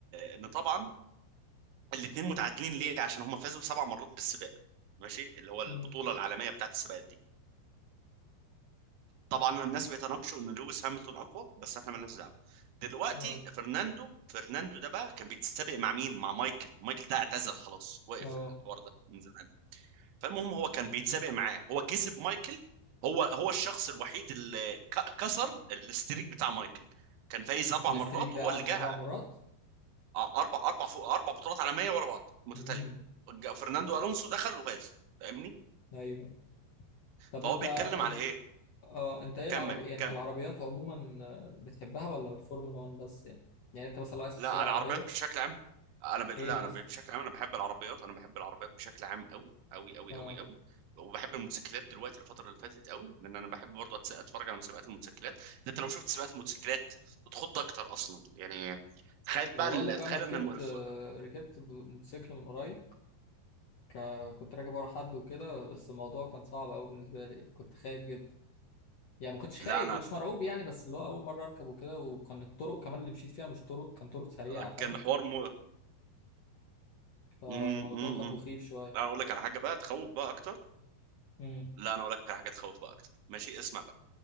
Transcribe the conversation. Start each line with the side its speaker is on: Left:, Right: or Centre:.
Right: ان طبعا الاتنين متعادلين ليه عشان هم فازوا سبع مرات بالسباق ماشي اللي هو البطوله
Left: امم
Right: العالميه بتاعت السباقات دي طبعا الناس بيتناقشوا ان لويس هامilton اقوى بس احنا مالناش دعوه دلوقتي
Left: اه
Right: فرناندو فرناندو ده بقى كان بيتسابق مع مين مع مايكل مايكل ده اعتزل خلاص وقف
Left: اه
Right: الحوار ده من زمان فالمهم هو كان بيتسابق معاه هو كسب مايكل هو هو الشخص الوحيد اللي ك- كسر الاستريك بتاع مايكل كان فايز اربع
Left: الاستريك
Right: مرات
Left: ده
Right: وهو
Left: قعد
Right: اللي جه
Left: اربع مرات
Right: اربع اربع فوق اربع بطولات عالميه ورا بعض متتاليه
Left: امم
Right: جا- فرناندو الونسو دخل وفاز فاهمني
Left: ايوه طب
Right: فهو
Left: انت
Right: بيتكلم
Left: انت
Right: على ايه
Left: اه انت ايه
Right: كم
Left: العربي يعني
Right: كم
Left: انت العربيات عموما آه، بتحبها ولا الفورمولا 1 بس يعني يعني انت مثلا لو عايز
Right: لا
Left: تشتري
Right: على
Left: عربيه
Right: العربيات بشكل عام انا ب... لا
Left: ايه مثلا
Right: انا ب... بشكل عام انا بحب العربيات انا بحب العربيات بشكل عام قوي قوي قوي
Left: آه.
Right: قوي قوي وبحب الموتوسيكلات دلوقتي الفتره اللي فاتت قوي لان انا بحب برضه أتس- اتفرج على مسابقات الموتوسيكلات انت لو شفت سباقات الموتوسيكلات بتخض اكتر اصلا يعني تخيل بقى
Left: ما بقول
Right: ال-
Left: لك
Right: تخيل
Left: انا ركبت
Right: ان الم... الف-
Left: آه، ركبت ب- موتوسيكل من قريب ك- كنت راكب ورا حد وكده بس الموضوع كان صعب قوي بالنسبه لي يعني كنت خايف جدا يعني ما كنتش خايف
Right: لا انا
Left: ما كنتش مرعوب يعني بس اللي هو اول مره اركب وكده وكان الطرق كمان اللي مشيت فيها مش طرق كان طرق سريعه
Right: آه،
Left: فاهم
Right: كان حوار مو
Left: فالموضوع
Right: م... م...
Left: كان مخيف
Right: م.
Left: شويه
Right: لا انا اقول لك على حاجه بقى تخوف بقى اكتر
Left: امم
Right: لا انا اقول لك على حاجه تخوف بقى اكتر ماشي اسمع بقى